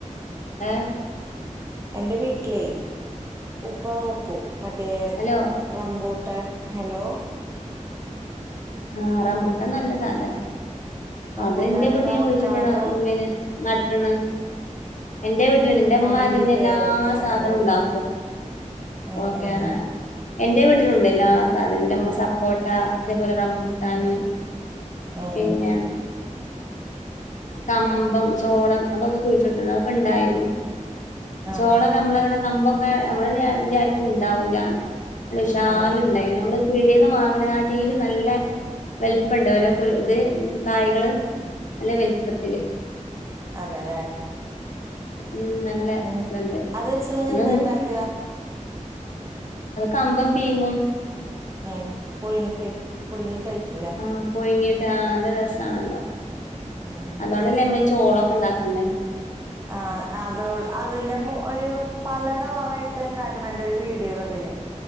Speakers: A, on the left; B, on the right.
A: ഏഹ്
B: എൻ്റെ വീട്ടിലേ ഉപ്പ നോക്കും മറ്റേ
A: ഹലോ
B: റംബൂട്ടാൻ ഹലോ?
A: ആ റംബൂട്ടാൻ നല്ല സാധനാ
B: റംബൂട്ടാനുണ്ട്
A: അത് ഇന്റെ വീട്ട്ലും
B: അവക്കാടോ
A: കുഴിച്ചിട്ട്ണ് പിന്നെ നട്ട്ണ് ന്റെ വീട്ടിലുണ്ട് ന്റെ മ്മ
B: അബിയു
A: അതിന്റെ
B: പേരക്ക
A: എല്ലാ സാധനവും
B: എല്ലാണ്ട്
A: ഉണ്ടാക്കും
B: ഉം
A: ഓക്കെ
B: ഉം
A: എന്റെ വീട്ടിലുണ്ട് എല്ലാ സാധനം ന്റെ മ്മ സപ്പോട്ട അതേപോലെ റം ബൂട്ടാന്
B: ഉം ഉം
A: പിന്നെ കമ്പം ചോളം അതൊക്കെ കുഴിച്ചിട്ടിരുന്നു അതൊക്കെണ്ടായിരുന്നു
B: ആഹ്
A: ചോളൊക്കെ
B: ആഹ്
A: നമ്മളവിടെ കമ്പൊക്കെ നമ്മള് വിചാരിക്കുംണ്ടാവൂലാന്ന് <unintelligible>
B: ആഹ്
A: നമ്മള പീടിന്ന് വാങ്ങിണേക്കാട്ടിലും നല്ല വലുപ്പണ്ട് ഓരോ കുരു ത് കായ്കള് നല്ല വലുപ്പത്തില്
B: അതെല്ലെ
A: ഉം നല്ല
B: ഉം
A: ഇതുണ്ട്
B: അത് വെച്ച് <unintelligible>
A: അതെന്ത്
B: എന്താണ്ടാക്കാ
A: കമ്പം പീങ്ങും
B: ഉം പുഴുങ്ങി കഴി പുഴുങ്ങി കഴിക്കൂല്ലേ
A: ആഹ് പുഴുങ്ങിട്ട് ആഹ്‌ നല്ല രസാണല്ലോ
B: ഉം
A: അതുകൊണ്ടല്ലേ നമ്മളീ ചോളൊക്കെ ഉണ്ടാക്കുന്നെ
B: ആഹ് അത് അതിന്റെ ഒരു പല കളറായിട്ട് ഇണ്ടാക്കണേന്റെ ഒരു വീഡിയോ കണ്ട്ഞാൻ